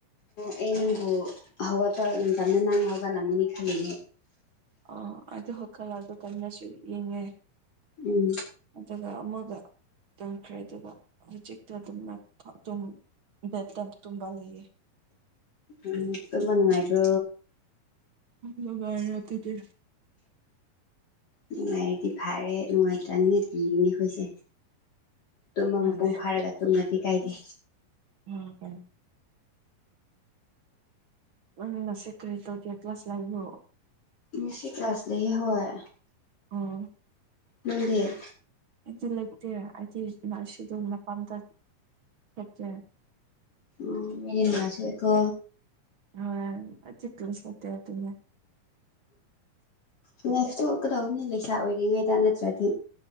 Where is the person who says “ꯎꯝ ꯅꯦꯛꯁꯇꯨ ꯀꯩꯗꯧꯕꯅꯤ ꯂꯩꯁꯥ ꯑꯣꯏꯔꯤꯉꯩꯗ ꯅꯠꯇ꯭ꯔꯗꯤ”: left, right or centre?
Left